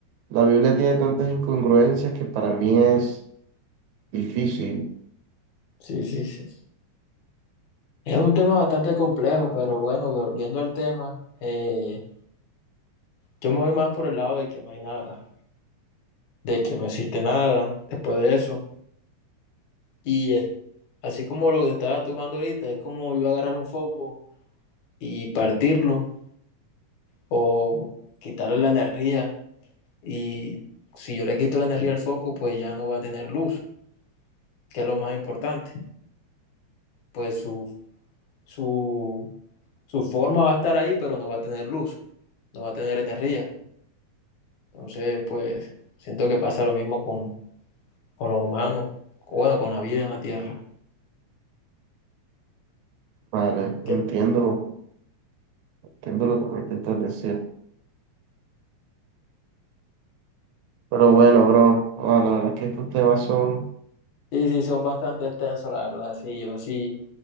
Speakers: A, on the right; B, on the left.
A: la Biblia tiene tantas incongruencias que para mí es difícil.
B: Sí, sí, sí. Es un tema bastante complejo, pero bueno, volviendo al tema, eh, yo me voy más por el lado de que no hay nada, de que no existe nada después de eso. Y es- así como lo que estaba tomando ahorita, es como yo agarrar un foco y partirlo o quitarle la energía. Y si yo le quito la energía al foco, pues ya no va a tener luz, que es lo más importante. Pues su, su, su forma va a estar ahí, pero no va a tener luz, no va a tener energía. Entonces, pues, siento que pasa lo mismo con, con los humanos, o bueno, con la vida en la Tierra.
A: Vale,
B: ¿Qué?
A: entiendo, entiendo lo que me intentas decir. Pero bueno, bro, ah, la verdad es que estos temas son
B: Sí, sí, son bastante extensos, la verdad, sí, yo sí,